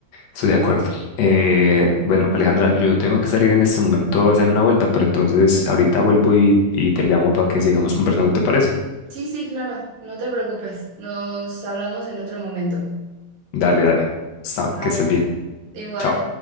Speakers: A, on the left (about 65°); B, on the right (about 75°).
A: Estoy de acuerdo. Eh, bueno, Alejandra, yo tengo que salir en este momento a hacer una vuelta, pero entonces ahorita vuelvo y, y te llamo para que sigamos conversando, ¿te parece?
B: Sí, sí, claro, no te preocupes. Nos hablamos en otro momento.
A: Dale, dale. Está-
B: Bye.
A: que estés bien.
B: Igual.
A: Chao.